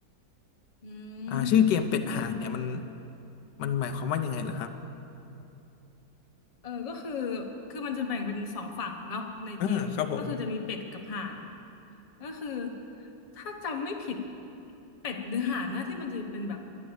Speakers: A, on the left; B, on the left.
A: อืม
B: อ่าชื่อเกมเป็ดห่านเนี่ยมัน
A: เอา
B: มันหมายความว่ายังไงเหรอครับ
A: เออก็คือคือมันจะแบ่งเป็นสองฝั่งเนาะในเกมก็คือจะมีเป็ดกับห่าน
B: อ่าครับผม
A: ก็คือถ้าจำไม่ผิดเป็ดหรือห่านนะที่มันจะเป็นแบบ